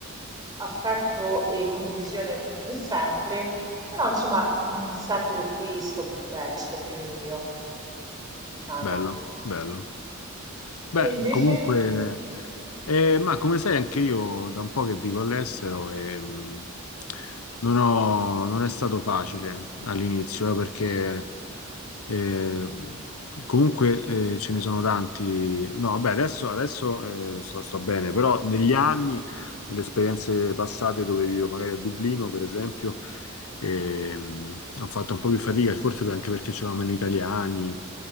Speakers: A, on the right; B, on the left.
A: affetto e condivisione come sempre, però insomma mh, sento che qui sto bene, sto più nel mio, diciamo.
B: Bello, bello. Beh,
A: Te invece?
B: comunque, eh, ma come sai, anche io da un po' che vivo all'estero e mh, non ho- non è stato facile all'inizio, eh, perché eh, comunque eh, ce ne sono tanti. No, vabbè, adesso, adesso, eh, sto, sto bene, però negli anni, nelle esperienze passate dove vivo, magari a Dublino, per esempio, ehm, ho fatto un po' più fatica, forse anche perché c'erano meno italiani.